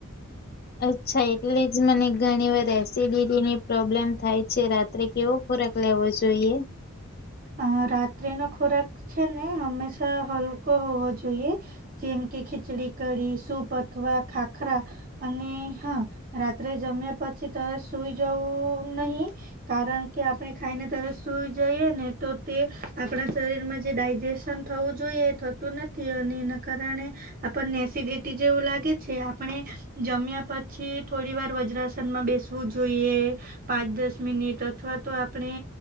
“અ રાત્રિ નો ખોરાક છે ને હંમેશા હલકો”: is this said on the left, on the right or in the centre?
Right